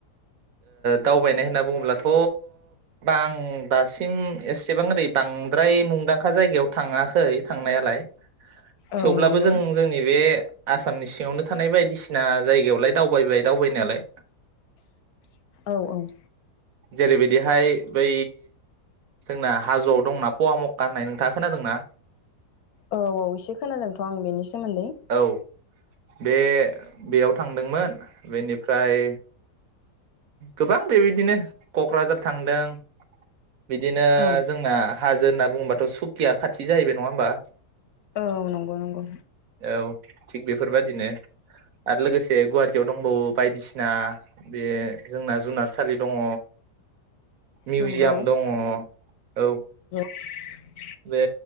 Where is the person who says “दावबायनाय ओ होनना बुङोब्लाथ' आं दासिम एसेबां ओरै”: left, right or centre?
Right